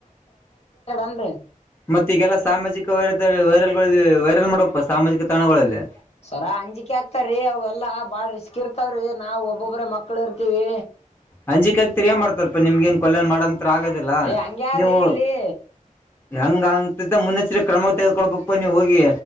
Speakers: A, on the left; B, on the left.
A: ಅನ್ರಿ
B: ಮತ್ತೆ ಈಗೆಲ್ಲ ಸಾಮಾಜಿಕ ವೈರತಲ್ ವೈರಲ್. ಗಳಲ್ಲಿ ವೈರಲ್ ಮಾಡಪ್ಪ ಸಾಮಾಜಿಕ ತಾಣಗಳಲ್ಲಿ.
A: ಸರಾ ಅಂಜಿಕೆ ಆಗ್ತಾರ್ರೀ ಅವೆಲ್ಲಾ ಬಾಳ ರಿಸ್ಕ್ ಇರ್ತಾವ್ರಿ. ನಾವು ಒಬ್ಬೊಬ್ರ ಮಕ್ಕಳು ಇರ್ತಿವಿ.
B: ಅಂಜಿಕಾಕ್ತಿರಿ ಮಾಡ್ತಾರಲ್ಪ ನಿಮ್ಗೆ ಏನ್ ಕೊಲ್ಯನ್ ಮಾಡಂಂತ ಆಗೋದಿಲ್ಲ
A: ಏ ಹಂಗ್ಯಾರೀ
B: ನೀವೊಲ್.
A: ಇಲ್ಲಿ
B: ಹೆಂಗ ಅಂತ ಮುನ್ನೆಚ್ಚರಿ ಕ್ರಮ ತೆಗೊಳ್ಬೇಕು ಪ ನೀವ್ ಹೋಗಿ.